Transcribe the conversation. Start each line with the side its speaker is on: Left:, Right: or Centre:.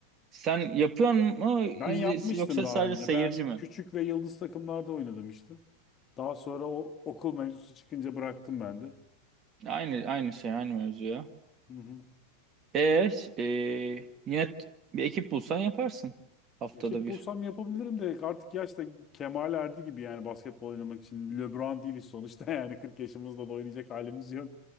Right: Sen yapıyor mu izle,
Left: Ben yapmıştım
Right: yoksa
Left: daha
Right: sadece
Left: önce.
Right: seyirci
Left: Ben
Right: mi?
Left: küçük ve yıldız takımlarda oynadım işte. Daha sonra o okul mevzusu çıkınca bıraktım ben de.
Right: Aynı aynı şey, aynı mevzu ya.
Left: Hı hı.
Right: E, ş- e, yine t- bir ekip bulsan yaparsın haftada
Left: Ekip
Right: bir.
Left: bulsam yapabilirim de artık yaş da kemale erdi gibi yani basketbol oynamak için. LeBron değiliz sonuçta <laughs> yani 40 yaşımızda da oynayacak halimiz yok.